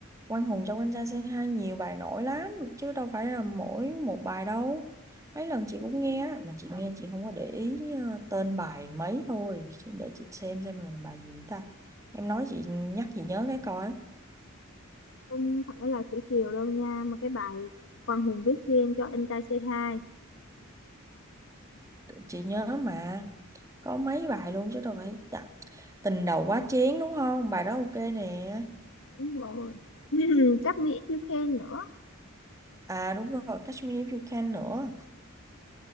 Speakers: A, on the right; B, on the left.
A: Quang Hùng trong anh trai Say Hi nhiều bài nổi lắm chứ đâu phải là mỗi một bài đâu mấy lần chị cũng nghe á, mà chị nghe chị không có để ý ờ, tên bài mấy thôi Chứ để chị xem xem là bài gì ta em nói chị nhắc chị nhớ cái coi
B: không phải là thủy triều đâu nha mà cái bài Quang Hùng viết riêng cho anh trai C2
A: chị nhớ mà có mấy bài luôn chứ đâu phải dạ. tình đầu quá chén đúng không bài đó ok nè
B: đúng rồi <laughs> Cáp Mỹ You Can nữa
A: à đúng rồi Catch Me If You Can nữa